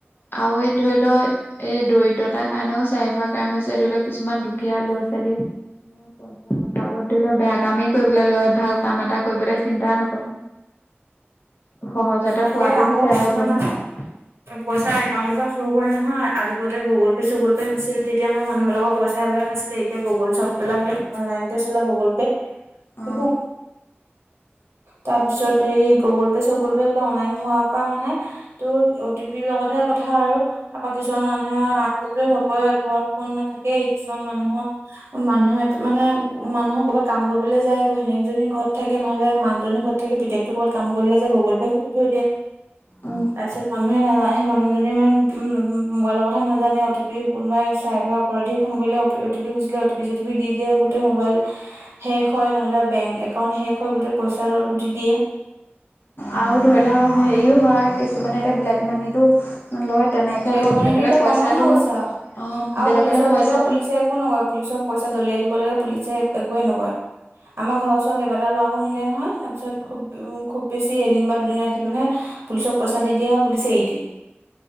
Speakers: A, on the left (about 55°); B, on the right (about 90°).
A: আৰু এই ধৰি লও এই দৰিদ্ৰতাৰ কাৰণেও চাৰিভাগ কাম আছে ধৰি লওক কিছুমান দুখীয়া ল'ৰা ছোৱালী পইচাৰ অভাৱত ধৰি লওক বেয়া কামেই কৰিবলৈ লয় ভাল কাম এটা কৰিবলে চিন্তা নকৰে <inaudible> সহজতে
B: তাকে
A: পোৱাতো
B: আকৌ
A: বিচাৰে
B: কিছুমান
A: আৰু পইচা
B: ন
A: পাতি
B: পইচা একাউণ্টৰ পৰা চুৰ কৰি নহয় আজিতে গুগল পে চুগুল পে' নাছিল তেতিয়া মানে মানুহবিলাকৰ পইচাববিলাক নাছিলে এতিয়া গুগল চ্ববলাক অনলাইনতে চলা গুগল পে'
A: অ
B: বিু তাৰপিছত স গুগল পে চ েল হ মোৰট তপৰা কিছুমান মানুহে আজ ঘৰত ফোন নাথাকেই কিছুমান মানুহৰ মানুহ এটা মানে মানুহৰ ক'বাত কাম কৰিবলৈ যায় ঘৈণীয়েকজনী ঘৰত থাকে নহলে মাক জনী ঘৰত থ থাক পিতেকতটো ক'বাত কাম কৰিবলৈ যায় গগল ফুুলি থৈ দিয়ে
A: উম
B: তাৰ পিছত মানুহে নাজানে সেই মানুহজনী ইমান উ মোবাইলৰ কথা নাজানে অটি পি কোনোবাই চাই ভ পৰাধীয়ে ফোন কৰিলে অ িুজিলে অ টি চ ি দি দিয়ে গোট মোবাইল শেষ হয় নহলে বেংক একাউণ্ট শেষ হয় গোটেই পইচা ল উটি দিয়ে
A: আৰু ধৰি লওক হেৰিও হয় কিছুমানে এতিয়া ব্লেক মানিত লয় তেনেকে
B: বেগমনিটো
A: আকৌ বেলেগলৈ
B: এতিয়া
A: পইচাটো
B: কমন হৈ গৈছে আৰু
A: অ'
B: আৰু
A: বেলেগলৈ
B: পুলিচত
A: পইচাটো
B: দিলেও পুলিচে একো নকয় পুলিচক পইচা দলিয়াই দিব লাগে পুলিচে একোৱে নকয়। আমাৰ ঘৰ ওচৰত কেইবাটাও ল'ৰাকো নিলে নহয় তাৰপিছত খুব উ, খুব বেছি এদিন বা দুদিন ৰাখি পিনে পুলিচক পইচা দি দিয়ে আৰু পুলিচে এৰি দিয়ে।